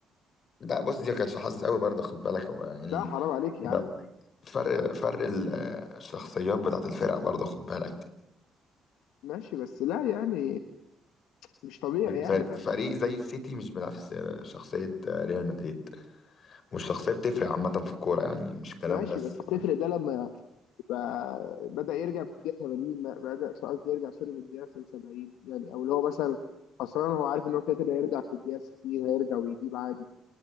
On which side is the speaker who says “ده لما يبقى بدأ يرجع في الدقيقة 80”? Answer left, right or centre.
Left